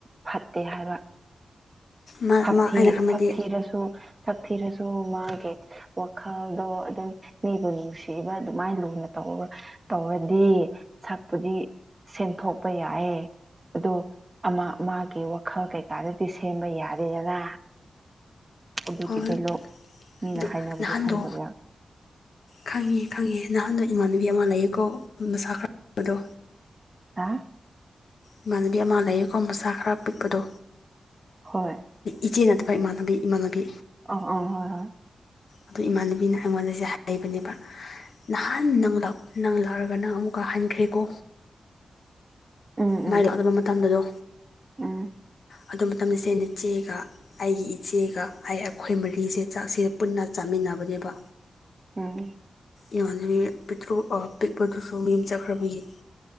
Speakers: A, on the right; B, on the left.
A: ꯐꯠꯇꯦ ꯍꯥꯏꯕ
B: ꯃꯥ
A: ꯁꯛꯊꯤ
B: ꯃꯥ ꯑꯩꯅ ꯈꯟꯕꯗꯤ
A: ꯁꯛꯊꯤꯔꯁꯨ ꯁꯛꯊꯤꯔꯁꯨ ꯃꯥꯒꯦ ꯋꯥꯈꯜꯗꯣ ꯑꯗꯨꯝ ꯃꯤꯕꯨ ꯅꯨꯡꯁꯤꯕ ꯑꯗꯨꯃꯥꯏꯅ ꯂꯨꯅ ꯇꯧꯕ ꯇꯧꯔꯗꯤ ꯁꯛꯄꯨꯗꯤ ꯁꯦꯡꯊꯣꯛꯄ ꯌꯥꯏꯌꯦ ꯑꯗꯣ ꯑꯃ ꯃꯥꯒꯤ ꯋꯥꯈꯜ ꯀꯩꯀꯥꯗꯗꯤ ꯁꯦꯝꯕ ꯌꯥꯗ ꯂꯩꯌꯦꯅ ꯑꯗꯨꯒꯤ
B: ꯍꯣꯏ ꯍꯣꯏ
A: ꯗꯥꯏꯂꯣꯛ ꯃꯤꯅ
B: ꯑꯗꯨ
A: ꯍꯥꯏꯅꯕꯗꯣ
B: ꯅꯍꯥꯟꯗꯣ
A: ꯈꯪꯗꯕ꯭ꯔꯥ
B: ꯈꯪꯉꯦ ꯈꯪꯉꯦ ꯅꯍꯥꯟꯗꯣ ꯏꯃꯥꯟꯅꯕꯤ ꯑꯃ ꯂꯩꯌꯦꯀꯣ ꯃꯁꯥ ꯈꯔ <unintelligible> ꯕꯗꯣ
A: ꯍꯥꯥ
B: ꯏꯃꯥꯟꯅꯕꯤ ꯑꯃ ꯂꯩꯌꯦꯀꯣ ꯃꯁꯥ ꯈꯔ ꯄꯤꯛꯄꯗꯣ
A: ꯍꯣꯏ
B: ꯏꯆꯦ ꯅꯠꯇꯕ ꯏꯃꯥꯟꯅꯕꯤ ꯏꯃꯥꯟꯅꯕꯤ
A: ꯑꯣ ꯑꯣ ꯍꯣꯏ ꯍꯣꯏ
B: ꯑꯗꯨ ꯏꯃꯥꯟꯅꯕꯤꯅ ꯑꯩꯉꯣꯟꯗꯁꯦ ꯍꯥꯏꯕꯅꯦꯕ ꯅꯍꯥꯟ ꯅꯪꯂ ꯅꯪ ꯂꯛꯔꯒ ꯅꯪ ꯑꯃꯨꯛꯀ ꯍꯟꯈ꯭ꯔꯦꯀꯣ
A: ꯎꯝ
B: ꯃꯥꯏ
A: ꯎꯝ
B: ꯂꯥꯛꯅꯕ ꯃꯇꯝꯗꯗꯣ
A: ꯎꯝ
B: ꯑꯗꯨ ꯃꯇꯝꯗ ꯆꯦꯟꯅ ꯆꯦꯒ ꯑꯩꯒꯤ ꯏꯆꯦꯒ ꯑꯩ ꯑꯩꯈꯣꯏ ꯃꯔꯤꯁꯦ ꯆꯥꯛꯁꯦ ꯄꯨꯟꯅ ꯆꯥꯃꯤꯟꯅꯕꯅꯦꯕ
A: ꯎꯝ
B: ꯌꯥꯅꯤꯌꯦ ꯄꯤꯛꯇ꯭ꯔꯨ ꯑ ꯄꯤꯛꯄꯗꯨꯁꯨ ꯃꯤ ꯆꯠꯈ꯭ꯔꯕꯒꯤ